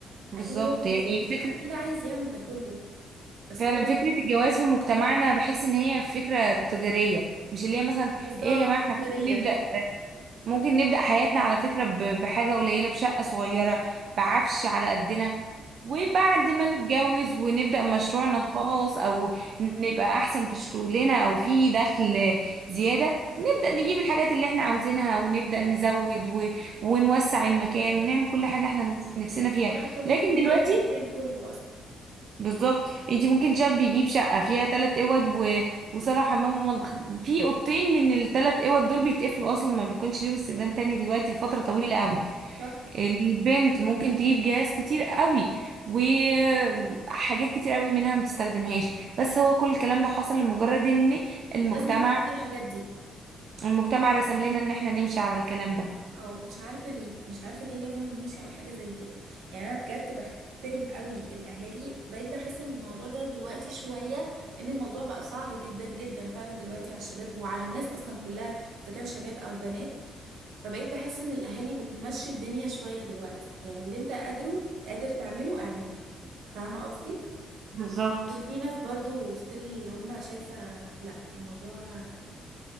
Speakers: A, on the right; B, on the right.
A: بالظبط
B: اكيد هو عايز
A: يعني
B: يجيب
A: فكرة
B: شقة، اكيد عايز يعمل ده كله بس
A: فعلا
B: هو
A: فكرة الجواز في مجتمعنا بحس ان هي فكرة تجارية مش اللي هي مثلا
B: بالظبط
A: ايه يا جماعة احنا
B: تجارية
A: ممكن نبدأ ممكن نبدأ حياتنا على فكرة ب- بحاجة قليلة بشقة صغيرة بعفش على قدنا وبعد
B: صح
A: ما نتجوز ونبدأ مشروعنا الخاص أو نبقى أحسن في شغلنا أو في دخل زيادة نبدأ نجيب الحاجات اللي احنا عاوزينها ونبدأ نزود و... ونوسع المكان ونعمل كل
B: صح.
A: حاجة احنا نفس- نفسنا فيها
B: هو حتى ممكن
A: لكن
B: نغير
A: دلوقتي
B: المكان كله اصلا
A: بالظبط انتي ممكن شاب يجيب شقة فيها تلات اوض و... وصالة وحمام ومطبخ في اوضتين من التلات اوض دول بيتقفلوا اصلا ما بيكونش ليهم استخدام تاني دلوقتي لفترة طويلة قوي
B: صح
A: البنت ممكن تجيب جهاز كتير قوي وحاجات كتير قوي منها ما تستخدمهاش بس هو كل الكلام ده حصل لمجرد ان المجتمع
B: لازم تجيب الحاجات دي
A: المجتمع رسم لنا ان احنا نمشي على الكلام ده
B: اه مش عارفة ليه مش عارفة ليه لازم نمشي على حاجة زي كده يعني انا بجد بحترم قوي الاهالي بقيت بحس ان الموضوع ده دلوقتي شوية ان الموضوع بقى صعب جدا جدا فعلا دلوقتي على الشباب وعلى الناس اصلا كلها اذا كان شباب او بنات فبقيت بحس ان الاهالي بتمشي الدنيا شوية دلوقتي يعني اللي انت قادره قادر تعمله اعمله فاهمة قصدي؟
A: بالظبط
B: كان في ناس برضو ستيل اللي هم شايفة لا الموضوع